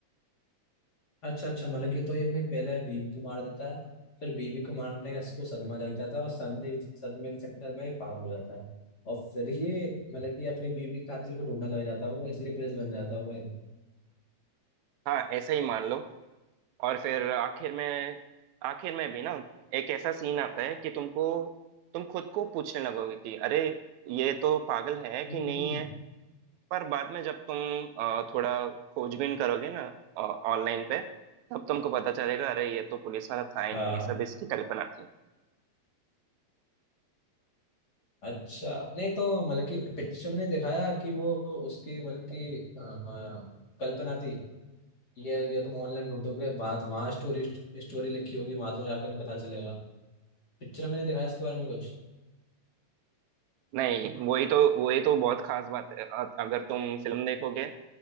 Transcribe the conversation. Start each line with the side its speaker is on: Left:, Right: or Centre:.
Left: अच्छा अच्छा मतलब कि तो ये अपनी पहले बीवी को मार देता है फिर बीवी को मारने का इसको सदमा लग जाता है और सदमे सदमे के चक्कर में ये पागल हो जाता है और फिर ये मतलब कि अपनी बीवी के कातिल को ढूंढने लग जाता है वो इसलिए पुलिस बन जाता है वो
Right: हाँ ऐसा ही मान लो और फिर आखिर में आखिर में भी ना एक ऐसा सीन आता है कि तुमको तुम खुद को पूछने लगोगे कि अरे ये तो पागल है कि
Left: हम्म।
Right: नहीं है पर बाद में जब तुम अ, थोड़ा खोजबीन करोगे ना ऑनलाइन पे तब तुमको पता चलेगा अरे ये तो पुलिस वाला था ही
Left: हाँ
Right: नहीं
Left: हाँ
Right: ये सब इसकी कल्पना थी
Left: अच्छा नहीं तो मतलब कि पिक्चर में नहीं दिखाया कि वो उसकी मतलब कि अ, कल्पना थी ये ये तुम ऑनलाइन ढूंढोगे बात वहाँ स्टोरी स्टोरी लिखी होगी वहां तुम्हें जाकर पता चलेगा पिक्चर में नहीं दिखाया इसके बारे में कुछ
Right: नहीं वही तो वही तो बहुत खास बात है अ- अगर तुम फिल्म देखोगे